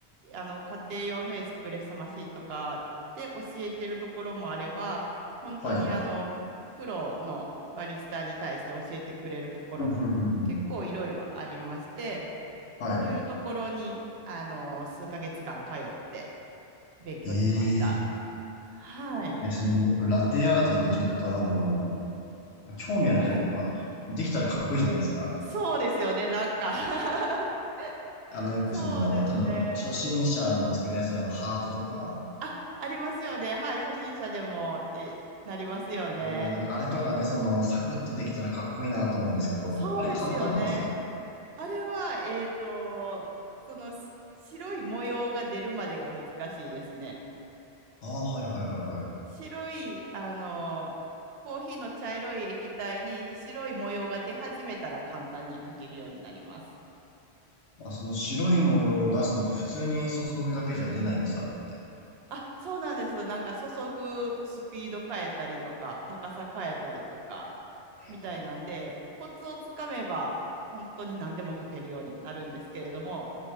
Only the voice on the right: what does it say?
あの家庭用のエスプレッソマシンとかで教えてるところもあれば本当にあのプロのバリスタに対して教えてくれるところも結構いろいろありまして
そういうところにあの数ヶ月間通って勉強しました。
はい、
はい、
そうですよね、なんか <laughs>
そうですね。
あ、ありますよね。はい。初心者でもってなりますよね。
そうですよね。
あれは、えっと、そのし白い模様が出るまでが難しいですね。
白い、あの、コーヒーの茶色い液体に白い模様が出始めたら簡単にかけるようになります。
あ、そうなんです。なんか注ぐスピード変えたりとか、高さ変えたりとか、
みたいなんで、コツをつかめば本当に何でも書けるようになるんですけれども、